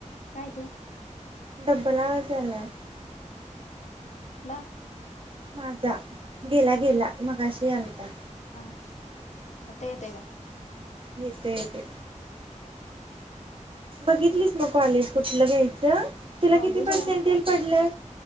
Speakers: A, on the left; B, on the right.
A: काय ते?
B: डोकं लाल झालंय.
A: तूला
B: माझा गेला गेला मगशी आलता.
A: हां, आता येतोय काय?
B: येतय येतय बघितलीसना कॉलेज कुठलं घ्यायचं. तुला
A: कॉलेज
B: किती पर्सेंटेल
A: हाय.
B: पडलंय